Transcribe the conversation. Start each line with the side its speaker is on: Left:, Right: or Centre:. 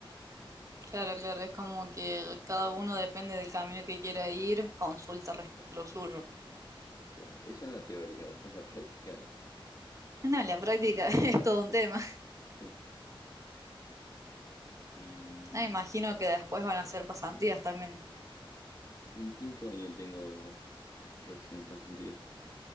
Right: claro, claro. Es como que cada uno depende del camino que quiera ir, consulta respecto a lo suyo.
Left: O sea, esa es la teórica, después la <laughs> práctica.
Right: No, en la práctica <laughs> es
Left: Sí.
Right: todo un tema.
Left: Sí. Y
Right: Me imagino que después van a hacer pasantías también.
Left: sí, en quinto año tengo recién pasantía,